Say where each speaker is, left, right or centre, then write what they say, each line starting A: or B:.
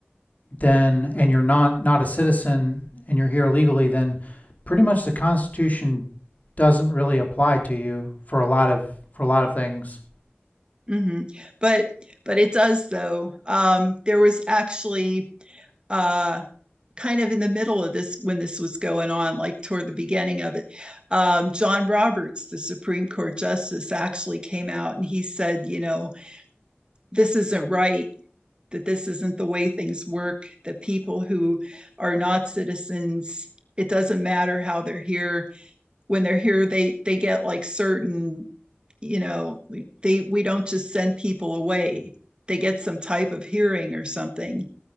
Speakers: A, on the left (about 40°); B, on the right (about 25°).
A: then and you're not not a citizen and you're here illegally, then pretty much the Constitution doesn't really apply to you for a lot of for a lot of things.
B: Mm-hmm. But but it does though. Um, there was actually uh, kind of in the middle of this when this was going on, like toward the beginning of it. Um, John Roberts, the Supreme Court Justice, actually came out and he said, you know, this isn't right, that this isn't the way things work, that people who are not citizens. It doesn't matter how they're here. When they're here, they they get like certain you know they we don't just send people away they get some type of hearing or something